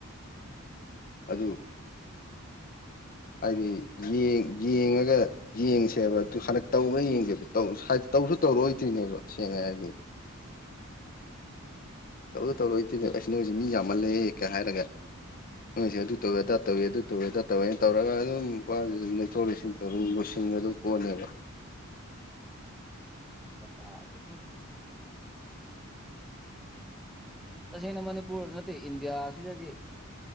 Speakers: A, on the left (about 45°); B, in the centre.
A: ꯑꯗꯨ ꯍꯥꯏꯗꯤꯡ ꯌꯦꯡꯉꯒ ꯌꯦꯡꯁꯦꯕ ꯑꯗꯨ ꯍꯟꯗꯛ ꯇꯧ꯭ꯔ ꯌꯦꯡꯁꯦꯕ ꯨ ꯇꯧꯔꯑꯣꯏꯗ꯭ꯣꯏꯅꯦꯕ ꯁꯦꯡꯅ ꯍꯥꯏꯔꯗꯤ ꯇꯧꯗꯣ ꯇꯧꯔꯣ ꯏꯇꯦꯅꯦ ꯑꯩꯁ ꯅꯣꯏꯁꯦ ꯃꯤ ꯌꯥꯝꯃꯜꯂꯦꯒ ꯍꯥꯏꯔꯒ ꯅꯣꯏꯁꯦ ꯑꯗꯨ ꯇꯨ ꯑꯗꯥ ꯇꯧꯋꯤ ꯑꯗꯨ ꯇꯣꯒꯗꯥ ꯇꯧꯋꯦ ꯇꯧꯔꯒ ꯑꯗꯨꯝꯄꯥꯁꯦ ꯂꯩꯊꯣꯛ ꯂꯩꯁꯤꯟ ꯇꯧꯔ ꯂꯣꯏꯁꯤꯡ ꯑꯗꯨ ꯀꯣꯟꯅꯦꯕ
B: ꯀꯗꯤꯙ ꯇꯁꯦꯡꯅ ꯃꯅꯤꯄꯨꯔ ꯅꯠꯇꯦ ꯏꯟꯗꯤꯌꯥ ꯁꯤꯗꯗꯤ